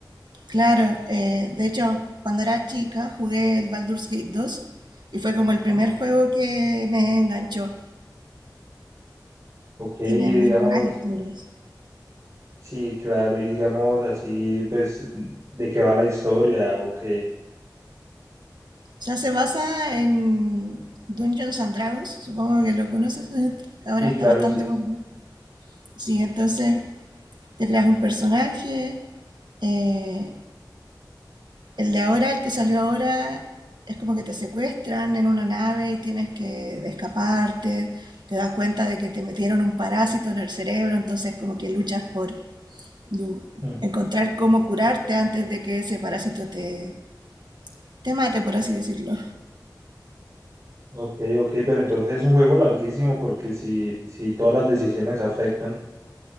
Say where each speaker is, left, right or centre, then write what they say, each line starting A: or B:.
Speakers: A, on the right; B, on the right.
A: Claro, eh, de hecho, cuando era chica jugué el Baldur's Gate 2 y fue como el primer
B: Sí.
A: juego que me enganchó.
B: Ok, y
A: Tiene muy
B: digamos...
A: buenas historias.
B: Sí, claro, y digamos así, pues, de qué va la historia o qué.
A: O sea, se basa en Dungeons and Dragons, supongo que lo conoces, <laughs> ahora
B: Sí,
A: está
B: claro,
A: bastante
B: sí.
A: popular. Sí, entonces te creas un personaje. eh, el de ahora, el que salió ahora, es como que te secuestran en una nave y tienes que de escaparte. Te das cuenta de que te metieron un parásito en el cerebro, entonces como que luchas por du-
B: Mm.
A: encontrar cómo curarte antes de que ese parásito te, te mate, por así decirlo.
B: Ok, ok, pero entonces es un juego larguísimo porque si, si todas las decisiones afectan.